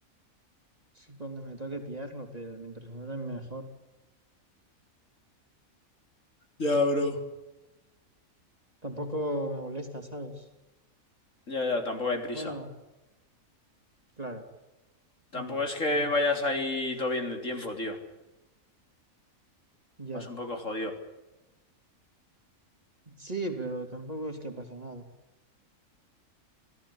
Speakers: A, on the right (about 25°); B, on the left (about 65°).
A: sí, cuando me toque pillarlo, pero mientras me den mejor.
B: Ya, bro.
A: Tampoco me molesta, ¿sabes?
B: Ya, ya, tampoco hay prisa.
A: Bueno, claro.
B: Tampoco
A: Ah,
B: es
A: ok.
B: que vayas ahí todo bien de tiempo, tío.
A: Ya.
B: Vas un poco jodido.
A: Sí, pero tampoco es que pasa nada.